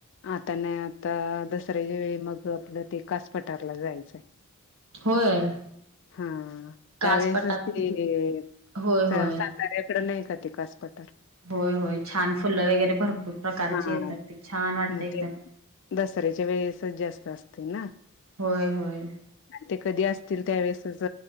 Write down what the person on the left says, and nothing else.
आता नाही आता दसऱ्या ज वेळी मग आपलं ते कास पटारला जायचंय.
हा त्यावेेळेसच
ती
साताऱ्याकडे नाही कास पठार
हा
मग
ते दसऱ्याच्या वेळेसच जास्त असते ना
ते कधी असतील त्यावेेळेसच